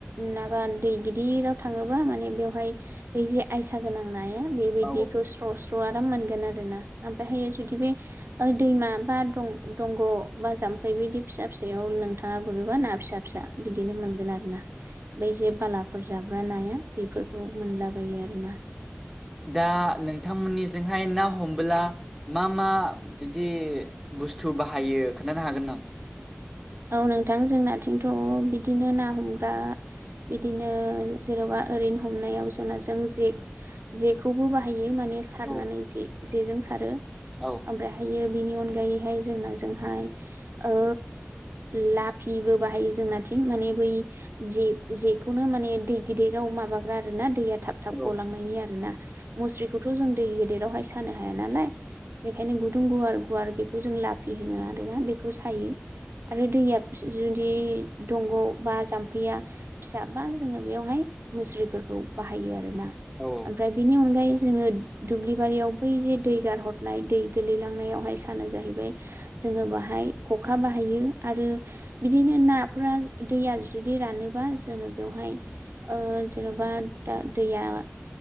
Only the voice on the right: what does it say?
माबा दै गिदिराव थाङोबा माने बेवहाय बे जे आयसा सा गोनां नाया बेबादिखौ
स्र' स्र' आराम मोनगोन आरोना ओमफायहायो जुदि बे ओ दैमा बा दं दंग' बा जाम्फै बिदि फिसा फिसायाव नोंथाङा गुरोबा ना फिसा फिसा बिदिनो मोनगोन आरो ना। बै जे बालाफोर जाग्रा नाया बेफोरखौ मोनलाबायो आरोना।
औ नोंथां जोंनाथिंथ' बिदिनो ना हमग्रा बिदिनो जेरावबा ओरैनो हमनायाव जोंना जों जे जेखौबो बाहा हायो माने सारनानै
जे जेजों सारो
ओमफ्रार हाय बियो बिनि अनगायैहाय जोंना जोंहाय ओ लाफिबो बाहायो जोंनाथिं माने बै जे जेखौनो माने दै गिदिराव माबाग्रा आरोना दैया थाब थाब
गलांनायनि आरोना मुस्रिखौथ' जों दै गेदेरावहाय सानो हाया नालाय बेखायनो गुदुं गुवार गुवार बेखौ जों लाफि होनो आरोना बेखौ सायो। आरो दैया जु जुदि दंग' बा जाम्फैया फिसा बा जोङो बेयावहाय मुस्रिफोरखौ बाहायो आरोना।
ओमफ्राय बिनि अनगायै जोङो दुब्लि बारियाव बै जे दै गारहरनाय दै गोलैलांनायावहाय सानो जाहैबाय जोङो बाहाय खखा बाहायो आरो बिदिनो नाफोरा दैया जुदि रानोबा जोङो बेवहाय ओ जेन'बा दा दैया